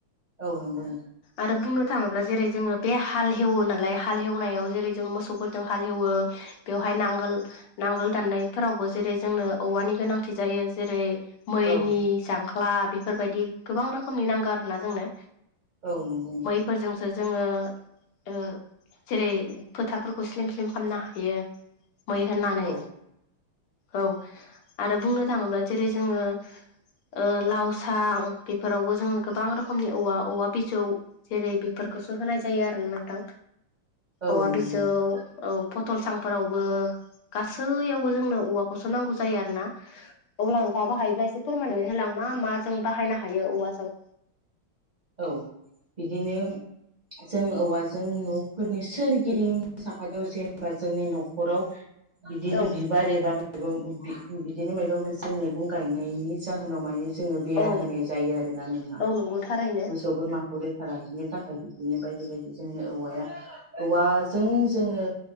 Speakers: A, on the right; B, on the left.
A: औ नंगौ नोंथां
B: आरो बुंनो थाङोब्ला जेरै जोङो बे हाल हेवो नालाय हाल हेवनायाव जेरै जोंङो मोसौफोर हालहेवो बेवहाय नांगोल नांगोल दाननायफोरावबो जेरै जोंनो औवानि गोनांथि जायो जेरै मैनि
A: औ
B: जांख्ला बेफोरबायदि गोबां रोखोमनि नांगो आरो ना जोंनो
A: औ नंगौ नोंथां
B: फोरजों सो जोङो ओ जेरै फोथारफोरखौ स्लिम स्लिम खालामनो हायो मै होननानै
A: औ
B: औ आरो बुंनो थाङोब्ला जेरै जोङो ओ लावसां बेफोरावबो जोङो गोबां रोखोमनि औवा औवा बिजौ जेरै बे फोरखौसो होनाय जायो आरो ना नोंथां औवा
A: औ नंगौ
B: बिजौ
A: नोंथां
B: औ पथलसांफोरावबो गासैयावबो जोंनो औवाखौसो नांगौ जायो आरो ना अब्ला नोंथाङा बाहायोब्ला एसे फोरमानानै होलां मा मा जों बाहायनो हायो औवाजों
A: औ बिदिनो जों औवाजों न'फोरनि सोरगिदिंनि साखाथियाव जेनेबा जोंनि न'खराव बिदिनो
B: औ
A: बि बारि एबा मैगं बिदिनो मायबा माबा मोनसे मैगं गायनायनि जाहोनाव माने जोङो बेरा
B: औ
A: होनाय जायो आरो गामि नोंथां।
B: औ नंगौ थारैनो।
A: मोसौ बोरमाखौ रैखा लाखिनो थाखाय बिदिनो बायदि बायदि जोंनि औवाया औवाजों जोङो